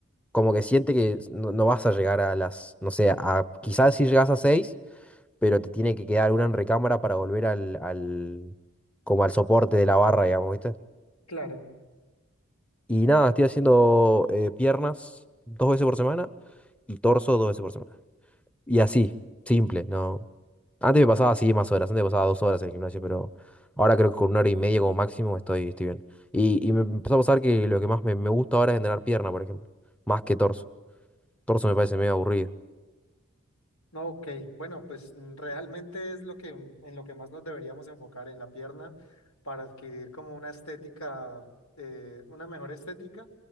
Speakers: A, in the centre; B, on the left (about 80°).
A: como que siente que no, no vas a llegar a las, no sé, a, quizás si llegas a seis pero te tiene que quedar una en recámara para volver al, al, como al soporte de la barra, digamos, ¿viste?
B: Claro.
A: Y nada, estoy haciendo eh, piernas dos veces por semana y torso dos veces por semana. Y así, simple, ¿no? Antes me pasaba así más horas, antes me pasaba dos horas en el gimnasio, pero ahora creo que con una hora y media como máximo estoy, estoy bien. Y, y me empezó a pasar que lo que más me, me gusta ahora es entrenar pierna, por ejemplo, más que torso. Torso me parece medio aburrido.
B: No, ok. Bueno, pues mm, realmente es lo que mm, en lo que más nos deberíamos enfocar en la pierna para adquirir como una estética, eh, una mejor estética